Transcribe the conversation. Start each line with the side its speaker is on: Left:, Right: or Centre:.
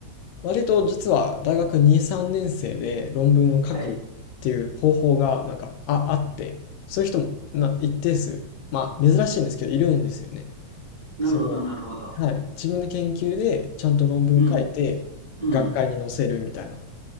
Left: 割と実は大学2、3年生で論文を書くっていう方法が、
Right: はい。
Left: なんか、あ、あって、そういう人もな、一定数、まあ、珍しいんですけど、いるんですよね。
Right: なるほど、
Left: その、
Right: なるほど。
Left: はい、自分の研究でちゃんと論文書いて、
Right: うん。うん。
Left: 学会に載せるみたいな。